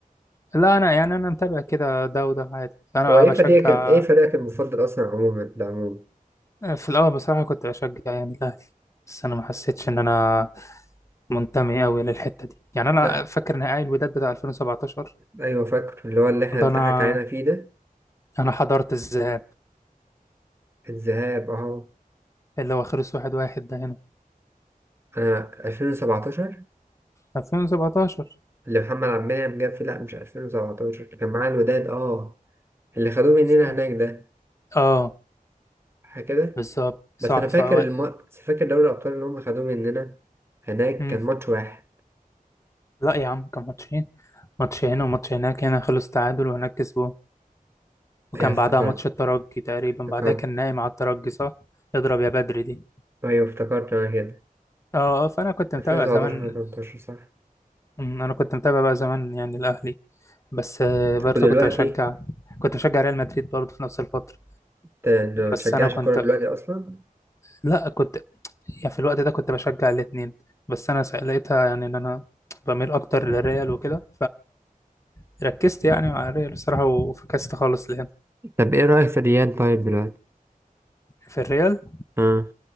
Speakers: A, on the left (about 20°); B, on the right (about 15°).
A: لا انا يعني انا متابع كده ده وده عادي انا
B: هو إيه
A: بشجع
B: فريقك ال- إيه فريقك المفضل أصلا عموما ده عموما
A: في الاول بصراحة كنت بشجع يعني الاهلي بس انا ما حسيتش ان انا منتمي قوي للحتة دي يعني انا
B: لا
A: فاكر نهائي الوداد بتاع 2017
B: أيوة فاكر اللي هو اللي احنا
A: ده
B: بنضحك
A: انا
B: علينا فيه ده
A: انا حضرت الذهاب
B: الذهاب أهو
A: اللي هو خلص واحد واحد ده هنا
B: أنا 2017
A: 2017
B: اللي محمد عبد المنعم جاب فيه لأ مش 2017 كان معاه الوداد أه اللي خدوه مننا
A: كان-
B: هناك ده
A: اه
B: صح كده
A: بالظبط صح
B: بس أنا فاكر
A: صح و-
B: الم... بس فاكر دوري الأبطال اللي هم خدوه مننا هناك
A: مم.
B: كان ماتش واحد
A: لا يا عم كان ماتشين ماتش هنا وماتش هناك هنا خلص تعادل وهناك كسبوه وكان
B: أيوة افتكرت
A: بعدها ماتش الترجي تقريبا
B: افتكرت
A: بعدها كان نايم على الترجي صح اضرب يا بدري دي
B: أيوة افتكرت أنا كده
A: اه اه فانا كنت متابع
B: 2017
A: زمان
B: 2018 صح
A: مم، انا كنت متابع بقى زمان يعني الاهلي بس آه،
B: طب
A: برضه
B: ودلوقتي
A: كنت بشجع كنت بشجع ريال مدريد برضه في نفس الفترة
B: أنت ما بتشجعش
A: بس انا كنت
B: الكورة دلوقتي أصلا؟
A: لا كنت يعني في الوقت ده كنت بشجع الاتنين بس انا سا- لقيتها يعني ان انا بميل اكتر للريال وكده فركزت يعني مع الريال بصراحه وفكست خالص لهنا
B: طب إيه رأيك في الريال طيب دلوقتي؟
A: في الريال
B: آه.